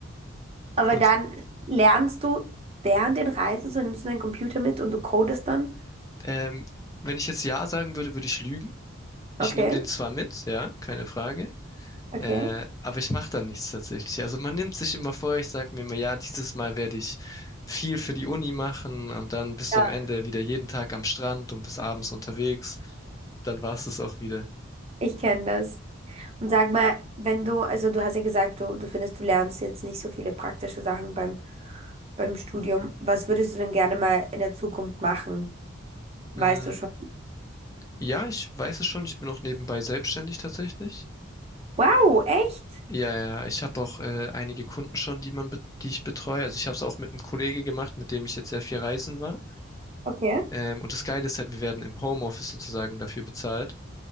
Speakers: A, on the right; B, on the left.
A: Aber
B: Und
A: dann lernst du während den Reisen, so nimmst du deinen Computer mit und du codest dann.
B: ähm, wenn ich jetzt Ja sagen würde, würde ich lügen. Ich
A: Okay,
B: nehme den zwar mit, ja, keine Frage.
A: okay.
B: Äh, aber ich mache dann nichts tatsächlich. Also man nimmt sich immer vor, ich sage mir immer, ja, dieses Mal werde ich viel für die Uni machen und dann bist
A: Ja,
B: du am Ende wieder jeden Tag am Strand und bis abends unterwegs. Dann war es das auch wieder.
A: ich kenne das. Und sag mal, wenn du, also du hast ja gesagt, du, du findest, du lernst jetzt nicht so viele praktische Sachen beim, beim Studium. Was würdest du denn gerne mal in der Zukunft machen? Weißt
B: Hm,
A: du schon?
B: ja, ich weiß es schon, ich bin auch nebenbei selbstständig tatsächlich.
A: Wow, echt?
B: Ja, ja, ich habe auch äh, einige Kunden schon, die man, bet- die ich betreue. Also ich habe es auch mit einem Kollege gemacht, mit dem ich jetzt sehr viel reisen war.
A: Okay.
B: Ähm, und das Geile ist halt, wir werden im Homeoffice sozusagen dafür bezahlt.